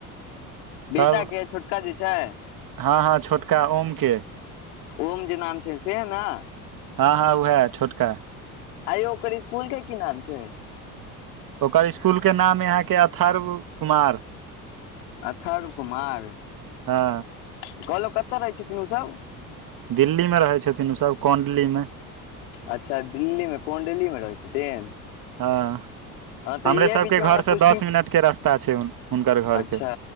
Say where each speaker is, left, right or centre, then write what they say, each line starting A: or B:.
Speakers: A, on the left; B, on the right.
A: बेटाके
B: तब
A: छोटका जे छै
B: हँ हँ छोटका ओम के
A: ओम जे नाम छै से ना
B: हँ हँ वहै छोटका
A: आइयो ओकर इसकुल के की नाम छै
B: ओकर इसकुलके नाम य अहाँके अथर्व कुमार
A: अथरब कुमार
B: हँ
A: कहलौ कत रहै छथिन ओसभ
B: दिल्लीमे रहै छथिन ओसभ कोण्डलीमे
A: अच्छा दिल्ली मे कोनडली मे रहै छथिन
B: हँ
A: हँ तऽ
B: हमरे
A: इहे
B: सबके
A: बीच मे
B: घर
A: हमरा
B: से
A: पुष्टि
B: दस मिनटके रास्ता छै हुनकर घरके
A: अच्छा